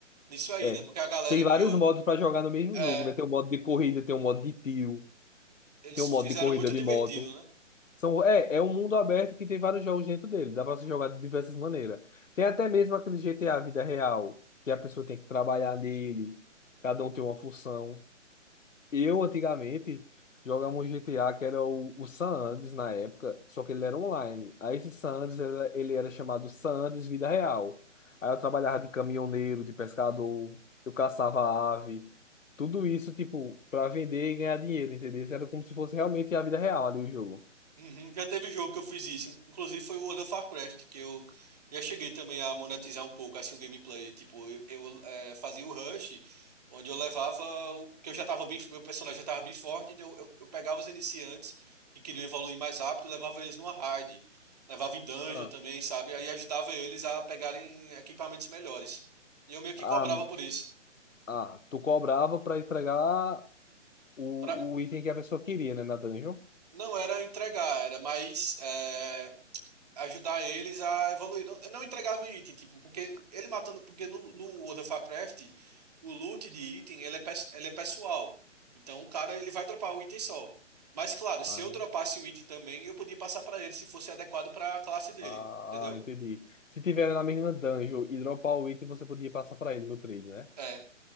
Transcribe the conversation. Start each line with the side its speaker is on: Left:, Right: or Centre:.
Right: nisso aí,
Left: É.
Right: né? Porque a galera
Left: Tem
Right: criou.
Left: vários modos pra jogar no mesmo
Right: É,
Left: jogo, né? Tem um modo de corrida, tem um modo de tiro,
Right: eles
Left: tem um
Right: fizeram
Left: modo de corrida
Right: muito
Left: de
Right: divertido,
Left: moto.
Right: né?
Left: São, é, é um mundo aberto que tem vários jogos dentro dele. Dá pra se jogar de diversas maneiras. Tem até mesmo aquele GTA Vida Real, que a pessoa tem que trabalhar nele, cada um tem uma função. Eu antigamente jogava um GTA que era o, o San Andreas na época, só que ele era online. Aí esse San Andreas era, ele era chamado San Andreas Vida Real. Aí eu trabalhava de caminhoneiro, de pescador, eu caçava ave, tudo isso tipo para vender e ganhar dinheiro, entendeu? Isso Era como se fosse realmente a vida real ali o jogo.
Right: Uhum, já teve jogo que eu fiz isso. Inclusive foi o World of Warcraft, que eu já cheguei também a monetizar um pouco assim o gameplay. Tipo, eu, eu, eh, fazia o rush, onde eu levava. o- Que eu já tava bem. Meu personagem já tava bem forte, então eu, eu pegava os iniciantes que queriam evoluir mais rápido e levava eles numa raid. Levava em dungeon
Left: Ah,
Right: também, sabe? Aí ajudava eles a pegarem equipamentos melhores. E eu meio que
Left: Ah,
Right: cobrava por isso.
Left: ah, tu cobrava para entregar o,
Right: Pra...
Left: o item que a pessoa queria, né, na dungeon.
Right: Não era entregar, era mais. é, ajudar eles a evoluir. Não, eu não entregava item, tipo, porque ele matando, porque no, no World of Warcraft, o loot de item, ele é, pes- ele é pessoal. Então o cara, ele vai dropar o item só. Mas claro, se
Left: Ah,
Right: eu dropasse um item também, eu podia passar pra ele se fosse adequado pra classe dele,
Left: Ah,
Right: entendeu?
Left: entendi. Se tiver na mesma dungeon e dropar o item, você podia passar pra ele no trade, né?
Right: É,